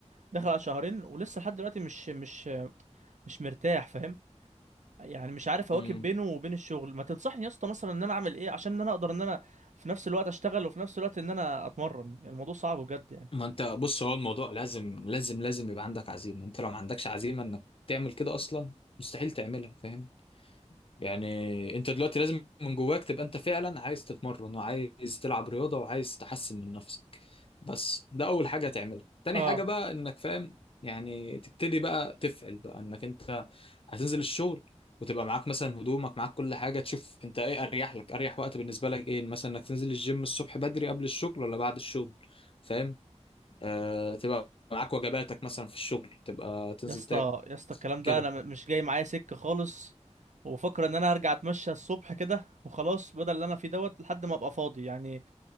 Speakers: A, on the right (about 85°); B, on the left (about 50°).
A: داخل على شهرين ولسه لحد دلوقتي مش مش مش مرتاح فاهم يعني مش عارف اواكب
B: امم
A: بينه وبين الشغل ما تنصحني يا اسطى مثلا ان انا اعمل ايه عشان ان انا اقدر ان انا في نفس الوقت اشتغل وفي نفس الوقت ان انا اتمرن يعني الموضوع صعب بجد يعني
B: ما انت بص هو الموضوع لازم لازم لازم يبقى عندك عزيمه انت لو ما عندكش عزيمه انك تعمل كده اصلا مستحيل تعملها فاهم يعني انت دلوقتي لازم من جواك تبقى انت فعلا عايز تتمرن وعايز تلعب رياضة وعايز تحسن من نفسك بس ده اول حاجة هتعملها تاني
A: اه
B: حاجة بقى انك فاهم يعني تبتدي بقى تفعل بقى انك انت هتنزل الشغل وتبقى معاك مثلا هدومك معاك كل حاجة تشوف انت ايه اريح لك اريح وقت بالنسبة لك ايه مثلا انك تنزل الجيم الصبح بدري قبل الشغل ولا بعد الشغل فاهم آه تبقى معاك وجباتك مثلا في الشغل تبقى تنزل
A: يا اسطى
B: تاكل
A: يا اسطى الكلام ده
B: كده
A: انا م- مش جاي معايا سكة خالص وفكر ان انا هرجع اتمشى الصبح كده وخلاص بدل اللي انا فيه دوت لحد ما ابقى فاضي يعني